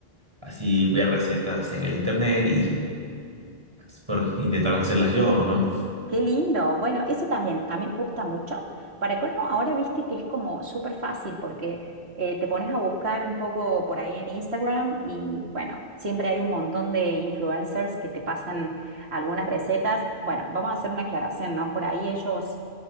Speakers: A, on the right; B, on the right.
A: Así ver recetas en el internet y es por intentar hacerlas yo, ¿no?
B: Qué lindo. Bueno, eso también a mí me gusta mucho. Para colmo, ahora viste que es como súper fácil porque eh, te pones a buscar un poco por ahí en Instagram y bueno, siempre hay un montón de influencers que te pasan algunas recetas. Bueno, vamos a hacer una aclaración, ¿no? Por ahí ellos